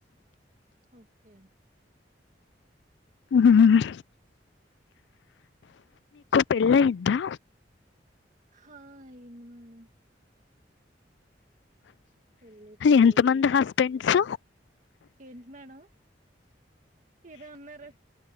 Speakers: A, on the right (about 45°); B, on the left (about 75°).
A: ఓకే
B: మ్మ్. పెళ్లయిందా
A: హా అయింది మేడం పెళ్ళి పెళ్ళి
B: ఎంత మంది హస్బెండ్స్
A: ఏంటి మేడం ఏదో అన్నారు